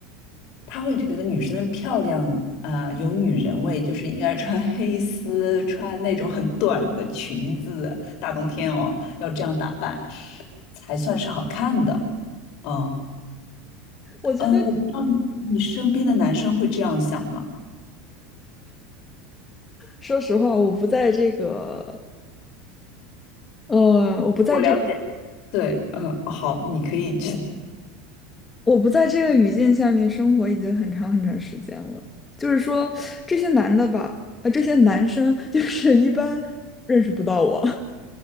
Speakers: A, on the left; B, on the left.
A: 他会觉得女生漂亮，啊，有女人味，就是应该穿 <laughs> 黑丝，穿那种很短的裙子，大冬天哦，要这样打扮才算是好看的。嗯，
B: 我觉得，
A: 呃，我不知道你身边的男生会这样想吗？
B: 说实话，我不在这个，呃，我不在这个，
A: 我了解。对，嗯，哦好，你可以去。
B: 我不在这个语境下面生活已经很长很长时间了。就是说，这些男的吧，啊，这些男生 <laughs> 就是一般认识不到我。